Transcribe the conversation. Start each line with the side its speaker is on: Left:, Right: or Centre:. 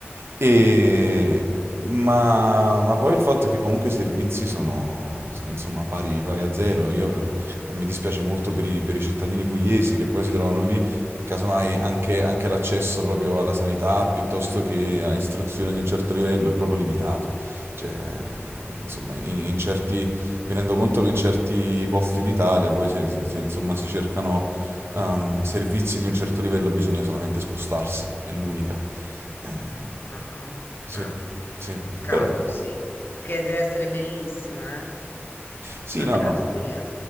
Right: E...
Left: mm,
Right: Ma, ma poi il fatto è che comunque i servizi sono, sono, insomma pari, pari a zero. Io, eh, mi dispiace molto per i, per i cittadini pugliesi che poi si trovano lì e casomai anche, anche l'accesso proprio alla sanità piuttosto che a istruzione di un certo livello è proprio limitato. Cioè, insomma, in, in certi, mi rendo conto che in certi posti d'Italia poi se, se- se, insomma, si cercano ehm, servizi di un certo livello bisogna solamente spostarsi, è l'unica. Eh,
Left: Madonna.
Right: sì,
Left: Eh,
Right: sì,
Left: Peccato,
Right: però...
Left: sì. Che deve essere bellissima, eh?
Right: Sì,
Left: Anche
Right: no, no,
Left: la Puglia.